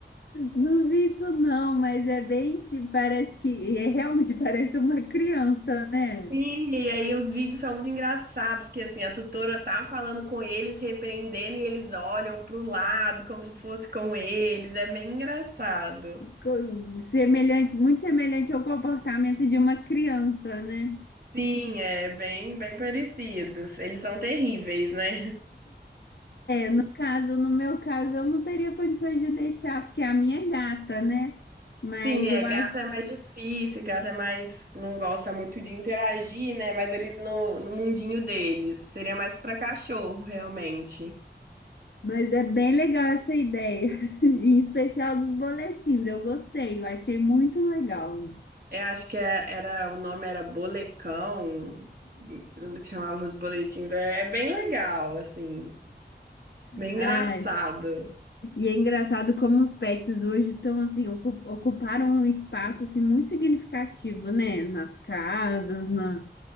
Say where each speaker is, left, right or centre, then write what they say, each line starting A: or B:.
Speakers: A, on the left (about 70°); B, on the right (about 55°).
A: Não vi isso, não, mas é bem, tipo, parece que, é realmente <laughs> parece uma criança, né?
B: Sim, e aí os vídeos são muito engraçados, porque assim, a tutora tá falando com eles, repreendendo, e eles olham pro lado como se fosse com eles. É bem engraçado.
A: Co- Semelhante, muito semelhante ao comportamento de uma criança, né?
B: Sim, é bem, bem parecidos. Eles são terríveis, né?
A: No caso, no meu caso, eu não teria condições de deixar, porque é a minha é gata, né?
B: <laughs>
A: Mas
B: Sim, é,
A: eu
B: gato
A: acho,
B: é mais difícil, gato é mais, não gosta muito de interagir, né? Mas ele no, no mundinho deles. Seria mais pra cachorro, realmente.
A: mas é bem legal essa ideia, <laughs> em especial dos boletins. Eu gostei, eu achei muito legal.
B: Eu acho que é- era, o nome era Bolecão, no que chamava os boletins. É, é bem legal, assim, bem
A: Ai.
B: engraçado.
A: E é engraçado como os pets hoje estão assim, ocu- ocuparam um espaço assim muito significativo, né? Nas casas, na,